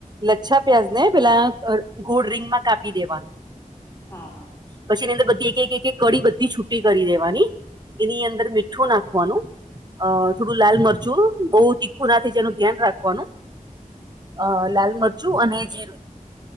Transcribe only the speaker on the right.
લચ્છા પ્યાજને
પેલા અ ગોળ રિંગમાં કાપી દેવાનું.
પછી એની અંદર બધી એક એક એક કડી બધી છૂટી કરી દેવાની એની અંદર મીઠું નાખવાનું. અ થોડું લાલ મરચું બઉ તીખું ના જેનું ધ્યાન રાખવાનું. અ લાલ મરચું અને જીરું.